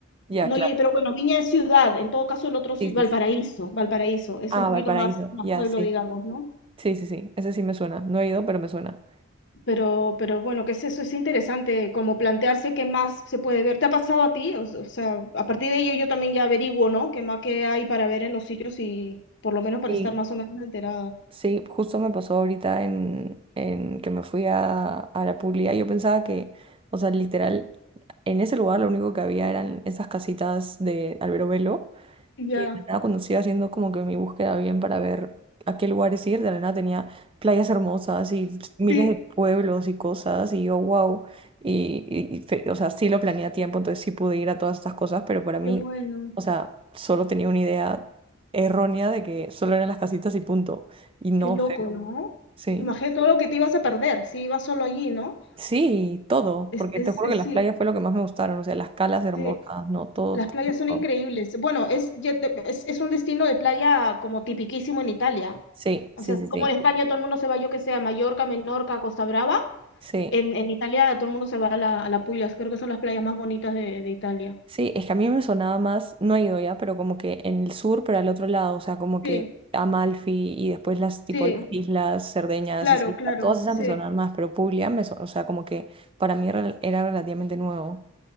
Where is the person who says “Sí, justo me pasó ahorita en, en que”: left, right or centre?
Right